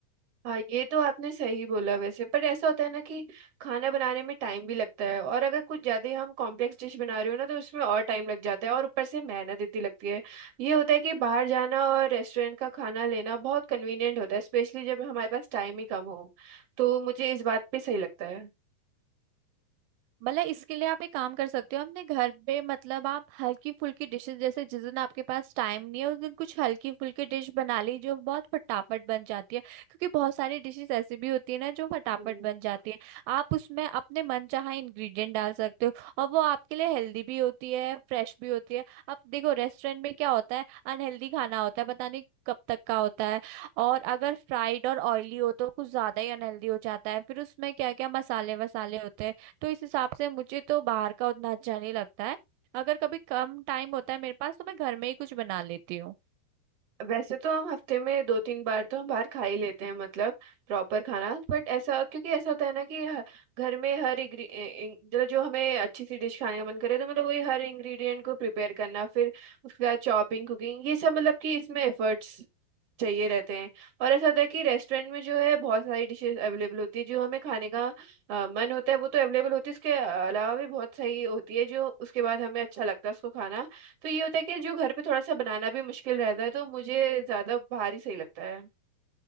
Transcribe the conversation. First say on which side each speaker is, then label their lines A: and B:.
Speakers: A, on the right; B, on the right.
A: हाँ ये तो आपने सही बोला वैसे पर ऐसा होता है ना कि खाना बनाने में टाइम भी लगता है और अगर कुछ ज़्यादा ही हम कॉम्प्लेक्स डिश बना रहे हो ना तो उसमें और टाइम लग जाता है और ऊपर से मेहनत इतनी लगती है ये होता है कि बाहर जाना और रेस्टोरेंट का खाना लेना बहुत कन्वीनियंट होता है स्पेशली जब हमारे पास टाइम ही कम हो तो मुझे इस बात पे सही लगता है
B: मतलब इसके लिए आप एक काम कर सकते हो अपने घर पे मतलब आप हल्की फुल्की डिशेस जैसे जिस दिन आपके पास टाइम नहीं है उस दिन कुछ हल्की फुल्की डिश बना ली जो बहुत फटाफट बन जाती है क्योंकि बहुत सारी डिशेस ऐसी भी होती है ना जो फटाफट
A: हम्म
B: बन जाती है आप उसमें अपने मनचाहा इंग्रेडिएंट डाल सकते हो और वो आपके लिए हेल्दी भी होती है फ्रेश भी होती है अब देखो रेस्टोरेंट में क्या होता है अनहेल्दी खाना होता है पता नहीं कब तक का होता है और अगर फ्राइड और ऑयली हो तो कुछ ज्यादा ही अनहेल्दी हो जाता है फिर उसमें क्या क्या मसाले वसाले होते हैं तो इस हिसाब से मुझे तो बाहर का उतना अच्छा नहीं लगता है अगर कभी कम टाइम होता है मेरे पास तो मैं घर में ही कुछ बना लेती हूँ
A: वैसे तो हम हफ्ते में दो तीन बार तो हम बाहर खा ही लेते हैं मतलब प्रॉपर खाना बट ऐसा क्योंकि ऐसा होता है ना कि ह- घर में हर इंग्री इं- मतलब जो हमें अच्छी सी डिश खाने का मन करे तो मतलब वही हर इंग्रेडिएंट को प्रिपेयर करना फिर उसके बाद चॉपिंग कुकिंग ये सब मतलब कि इसमें एफर्ट्स चाहिए रहते हैं और ऐसा होता है कि रेस्टोरेंट में जो है बहुत सारी डिशेस अवेलेबल होती है जो हमें खाने का अ, मन होता है वो तो अवेलेबल होती है उसके अलावा भी बहुत सही होती है जो उसके बाद हमें अच्छा लगता है उसको खाना तो ये होता है कि जो घर पे थोड़ा सा बनाना भी मुश्किल रहता है तो मुझे ज़्यादा बाहर ही सही लगता है